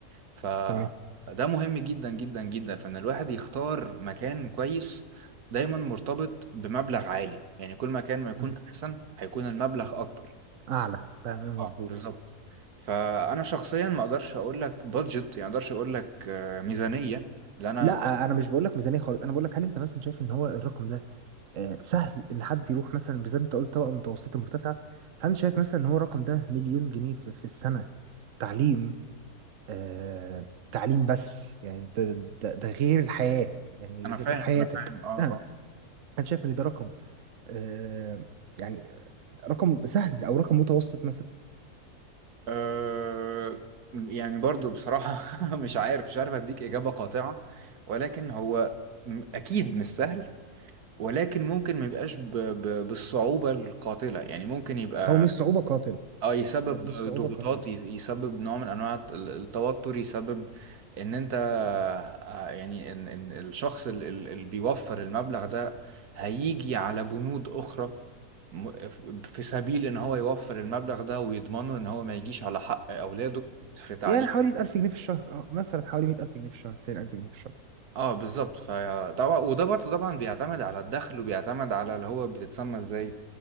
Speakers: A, on the right; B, on the right.
A: ف
B: تمام
A: ده مهم جدا جدا جدا فإن الواحد يختار مكان كويس دايما مرتبط بمبلغ عالي يعني كل ما كان ما يكون
B: مم.
A: أحسن هيكون المبلغ أكبر
B: اعلى تمام
A: اه
B: مظبوط
A: بالظبط فانا شخصيا ما اقدرش اقول لك بادجت يعني ما اقدرش اقول لك آه، ميزانيه لان انا
B: لا انا مش بقول لك ميزانيه خالص انا بقول لك هل انت مثلا شايف ان هو الرقم ده آه، سهل ان حد يروح مثلا بالذات انت قلت طبقه متوسطه مرتفعه هل شايف مثلا ان هو الرقم ده مليون جنيه في, في السنه تعليم آه تعليم بس يعني ده, ده, ده غير الحياه يعني
A: انا
B: غير
A: فاهم
B: حياتك
A: انا فاهم اه
B: <clears throat>
A: اه
B: آه، هل شايف ان ده رقم آه يعني رقم سهل او رقم متوسط مثلا
A: آه، يعني برضو بصراحه <laughs> مش عارف مش عارف اديك اجابه قاطعه ولكن هو م- اكيد مش سهل ولكن ممكن ما يبقاش ب- ب- بالصعوبه القاتله يعني ممكن يبقى
B: هو مش صعوبه قاتل
A: اه يسبب
B: هو مش
A: ض-
B: صعوبه
A: ضغوطات
B: قاتل
A: ي- يسبب نوع من انواع الت- ال- التوتر يسبب ان انت آه، يعني ان ان الشخص ال- ال- اللي بيوفر المبلغ ده هيجي على بنود اخرى م- ف- في سبيل ان هو يوفر المبلغ ده ويضمنه ان هو ما يجيش على حق اولاده في تعليم
B: يعني حوالي 1000 جنيه في الشهر اه مثلا حوالي 100000 جنيه في الشهر 90000 جنيه في الشهر
A: اه بالظبط فطبعا وده برضه طبعا بيعتمد على الدخل وبيعتمد على اللي هو بتتسمى ازاي